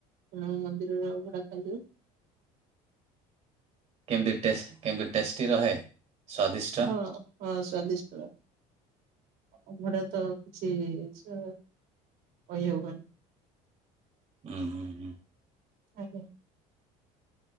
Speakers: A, on the right; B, on the right.
A: <unintelligible> ମନ୍ଦିର ର ଅଭଡା <unintelligible>
B: କେମିତି କେମିତି ଟେଷ୍ଟି ରହେ? ସ୍ଵାଦିଷ୍ଟ
A: ହଁ ହଁ ସ୍ଵାଦିଷ୍ଟ ରହେ। ଅଭଡା ତ କିଛି ଇଛା କହିହବନି।
B: ହୁଁ ହୁଁ ହୁଁ।
A: ଆଜ୍ଞା।